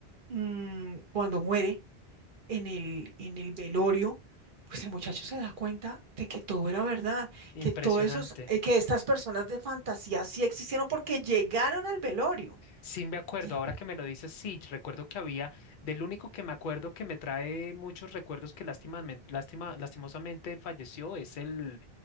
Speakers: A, on the right (about 55°); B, on the left (about 60°).
A: mm, cuando muere en el, en el velorio, pues el muchacho se da cuenta de que todo era verdad, que
B: Impresionante.
A: todos esos, eh, que estas personas de fantasía sí existieron porque llegaron al velorio.
B: Sí, me acuerdo,
A: Lle-
B: ahora que me lo dices, sí, recuerdo que había, del único que me acuerdo que me trae muchos recuerdos que lástimamen- lástima, lastimosamente falleció, es el,